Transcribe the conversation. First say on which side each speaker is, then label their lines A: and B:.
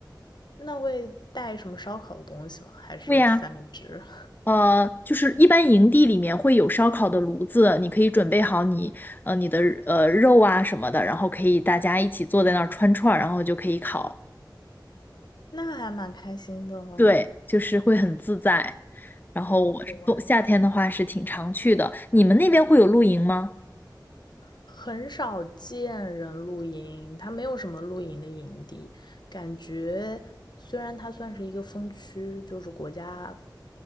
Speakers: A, on the left (about 65°); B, on the left (about 25°).
A: 那会带什么烧烤的东西吗？还是三明治？
B: 会呀、
A: <laughs>
B: 呃，就是一般营地里面会有烧烤的炉子，你可以准备好你呃你的呃肉啊什么的，然后可以大家一起坐在那儿串串儿，然后就可以烤。
A: 那还蛮开心的哦，
B: 对，就是会很自在。然后我是冬夏天的话是挺常去的。
A: 对，户外
B: 你们那边会有露营吗？
A: 很少见人露营，它没有什么露营的营地，感觉虽然它算是一个风区，就是国家